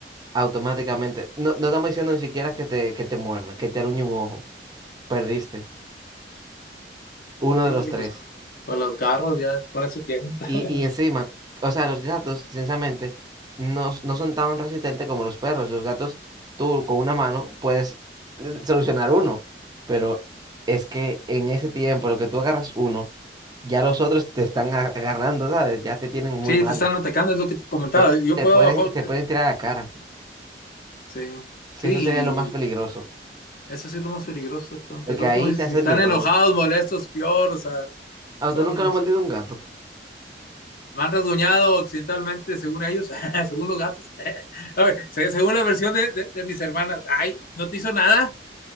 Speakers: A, on the right; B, on the left.
A: automáticamente, no, no estamos diciendo ni siquiera que te, que te muerda, que te aruñe un ojo, perdiste. Uno
B: Sí,
A: de los tres.
B: pues por los garros ya con eso tienes. <laughs>
A: Y, y encima, o sea, los gatos, sinceramente, no, s- no son tan resistentes como los perros. Los gatos, tú con una mano puedes eh, solucionar uno, pero es que en ese tiempo, lo que tú agarras uno, ya los otros te están a- agarrando, ¿sabes? Ya te tienen muy
B: Sí,
A: mal.
B: te están atacando, es lo que te comentaba.
A: Te,
B: Yo
A: te
B: puedo,
A: pueden,
B: jo-
A: te
B: eh,
A: pueden tirar a la cara,
B: sí, sí,
A: que eso sería lo más peligroso,
B: Eso sí es lo más peligroso, tonto.
A: porque
B: Y luego,
A: ahí
B: como dices,
A: te hacen
B: si están
A: de todo.
B: enojados, molestos, peor, o sea,
A: ¿A
B: son,
A: usted nunca lo
B: es-
A: ha mordido un gato?
B: van rasguñado occidentalmente, según ellos, <laughs> según los gatos. <laughs> A ver, se- según la versión de, de- de mis hermanas, ay, ¿no te hizo nada?